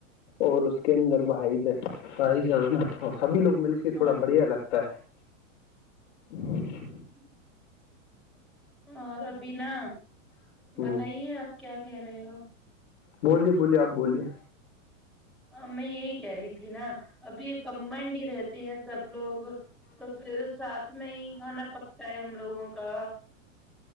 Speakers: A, on the left; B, in the centre.
A: اور اس کے اندر بھائید بھائی جان سبھی لوگ مل کے
B: ہاں
A: تھوڑا بڑھیا لگتا ہے ج <inaudible>
B: ہوں <unintelligible> اور ابھی نا
A: ہوں
B: بتائیے آپ کیا کہہ رہے ہو
A: بولیے بولیے آپ بولیے
B: ہم میں یہ کہہ رہی تھی نا ابھی کممنڈ رہتے ہیں سب لوگ تو پھر سات میں ہی کھانا پکتا ہے ہم لوگوں کا